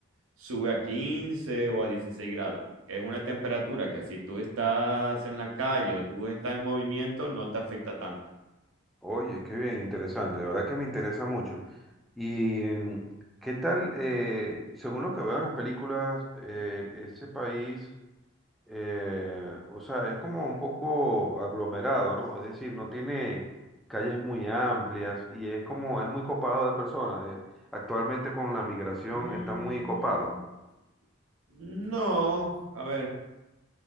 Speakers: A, on the right (about 80°); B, in the centre.
A: sube a 15 o a 16 grados, que es una temperatura que si tú estás en la calle o tú estás en movimiento, no te afecta tanto.
B: Oye, qué bien, interesante, de verdad que me interesa mucho. ¿Y mm, qué tal, eh, según lo que veo en las películas, eh, ese país, eh, o sea, es como un poco aglomerado, ¿no? Es decir, no tiene calles muy amplias y es como, es muy copado de personas. eh, actualmente con la migración
A: Mm,
B: está muy copado.
A: no, a ver,